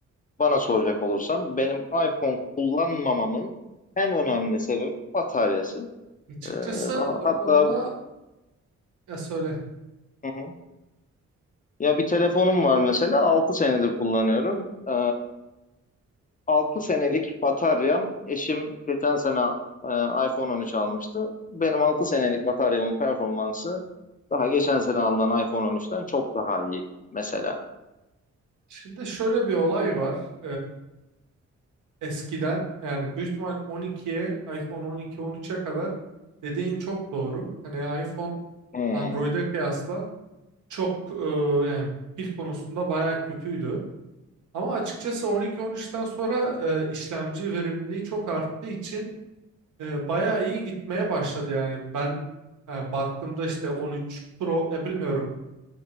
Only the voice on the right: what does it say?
Açıkçası
o
konuda ya söyle.
Şimdi şöyle bir olay var. Eskiden yani büyük ihtimal 12'ye iPhone 12 13'e kadar dediğin çok doğru. Hani iPhone
Android'e kıyasla çok e, yani pil konusunda bayağı kötüydü. Ama açıkçası
12 13'ten sonra e, işlemci verimliliği çok arttığı için e, bayağı iyi gitmeye başladı yani. Ben e, baktığımda işte 13 Pro e, bilmiyorum